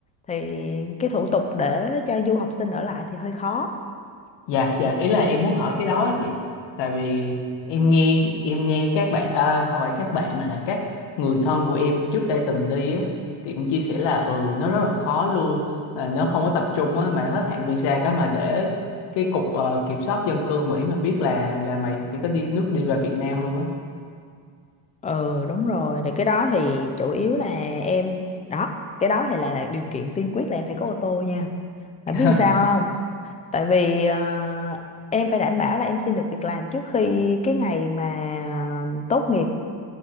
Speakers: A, on the left; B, on the left.
A: thì cái thủ tục để cho du học sinh ở lại thì hơi khó
B: dạ dạ ý là em muốn hỏi cái đó á chị tại vì em nghe em nghe các bạn ờ, không phải các bạn mà là các người thân của em trước đây từng đi á thì cũng chia sẻ là ừ nó rất là khó luôn là nó không có tập trung á mà hết hạn visa cái mà để cái cục ờ, kiểm soát dân cư Mỹ mà biết là là mày chỉ có đi nước đi về Việt Nam luôn á
A: ừ đúng rồi thì cái đó thì chủ yếu là em đó cái đó thì là điều kiện tiên quyết là em phải có ô tô nha bạn
B: <laughs>
A: biết làm sao không tại vì ờ, em phải đảm bảo là em xin được việc làm trước khi cái ngày mà tốt nghiệp